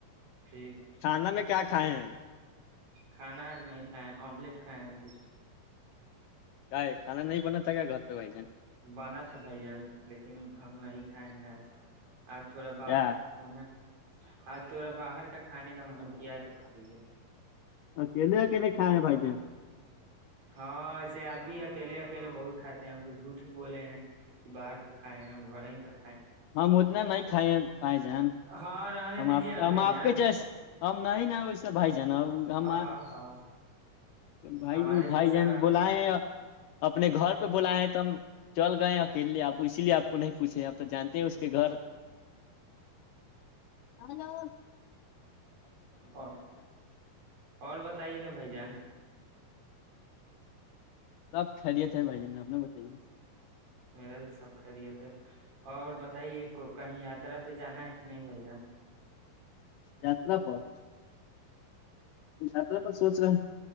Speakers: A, on the right (about 70°); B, on the left (about 80°).
A: پھر
B: کھانا میں کیا کھائے ہیں
A: کھانا آج نہیں کھاائے ہیں آملیٹ کھائے ہیں پھر
B: کاے کھانا نہیں بناتھا کیا گھر پہ بھای جان
A: بنا تھا بھائی جان لیکن ہم نہیں کھائے ہیں آج آج تھوڑا باہر
B: کیا
A: کھانا آج تھورا باہر کا کھانے کا من کیا ہے تو کھا لی
B: اکیلے اکیلے کھای ہیں بائی جان
A: ہاں ایسے آپ بھی اکیے اکیلے بہت کھاتے ہیں ہم تو جھوٹ ہی بولے ہیں کہ باہر کا کھائے ہیں ہم گھر ک
B: ہم اتنا نہیں کھائے ہیں بھای جان
A: ہاں رہنے
B: ہم
A: دیجیے
B: آپ
A: نا
B: ہم
A: بھائی جان
B: آپ کے جیس ہم نہیں ن ویسے بائی جان جناب ہم اپ
A: ہاں ہاں
B: بھائی
A: ہمارے جیسا
B: بھائی جان بلائے ہیں اپنے گھر پہ بولا ہے تو ہم چل گئے ہیں اکیلے آپ اسی لیے آپ کو نہیں پوچھے آپ تو جانتے ہیں اس کے گھر ہلو
A: اور اور بتائیے نا بھائی جان
B: سب خیریت ہے بھائی جان آنا بتائیے
A: میرا بھی سب خیریت ہے اور بتائیے کہیں یاترا پہ جانا ہے کہ نہیں بھائی جان
B: یاترا پر یاترا پر سوچ رہے